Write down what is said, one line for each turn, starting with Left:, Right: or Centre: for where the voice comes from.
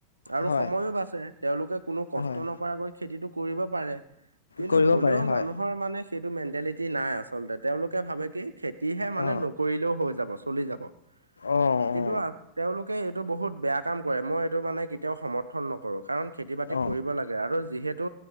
Right: আৰু
Left: হয়
Right: সময়ো বাচে। তেওঁলোকে কোনো কষ্ট
Left: হয়
Right: নক্‌ খেতিটো কৰিব পাৰে, কিন্তু
Left: কৰিব
Right: হ'লেও
Left: পাৰে হয়
Right: মানুহৰ মানে সেইটো মেণ্টেলিটি নাই আচলতে। তেওঁলোকে ভাৱে কি? খেতিহে মানে,
Left: অ
Right: নকৰিলেও হৈ যাব, চলি যাব।
Left: অ
Right: কিন্তু
Left: অ
Right: আঁ, তেওঁলোক কেই এইটো বহুত বেয়া কাম কৰে। মই এইটো মানে, কেতিয়াও সমৰ্থন নকৰো, কাৰণ খেতি- বাতি
Left: অ
Right: কৰিব লাগ্‌ গে আৰু যিহেতু